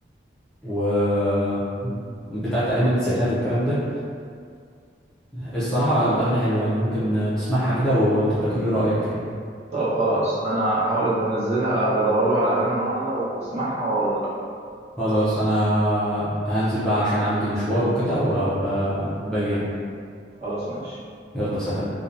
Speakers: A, in the centre; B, on the right.
A: و بتاعت ايام التسعينات والكلام ده الصراحه الاغاني حلوه يعني ممكن تسمعها كده وتبقى تقول لي رايك يعني
B: طب خلاص أنا هحاول هنزلها أدور له على أغاني النهاردة وهسمعها وأقول لك رأيي
A: خلاص انا هنزل بقى عشان عندي مشوار وكده وباجي يعني
B: خلاص ماشي
A: يلا سلام